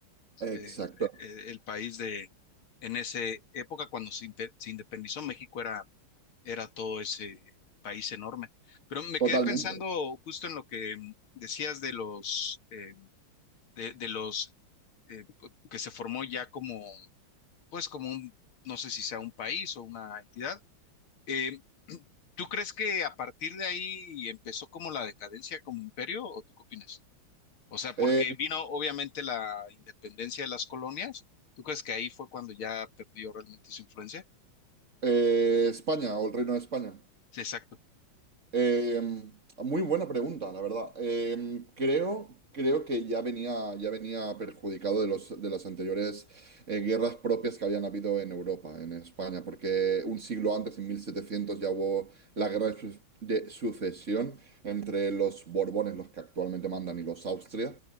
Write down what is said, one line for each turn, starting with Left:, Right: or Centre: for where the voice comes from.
Right: exacto.
Left: el, el- el país de, en esa época cuando se, impe- se independizó México era, era todo ese país enorme. Pero me
Right: Totalmente.
Left: quedé pensando justo en lo que mm, decías de los... eh, de, de los eh, que se formó ya como, pues como un, no sé si sea un país o una entidad. Eh, <clears throat> ¿tú crees que a partir de ahí empezó como la decadencia como imperio o tú qué opinas? O sea,
Right: Eh,
Left: porque vino obviamente la independencia de las colonias. ¿Tú crees que ahí fue cuando ya perdió realmente su influencia?
Right: eh, España o el Reino de España.
Left: Sí, exacto.
Right: Em, muy buena pregunta, la verdad. Em, creo, creo que ya venía, ya venía perjudicado de los, de las anteriores eh, guerras propias que habían habido en Europa, en España, porque un siglo antes, en 1700, ya hubo la guerra de, su- de sucesión entre los Borbones, los que actualmente mandan, y los Austria.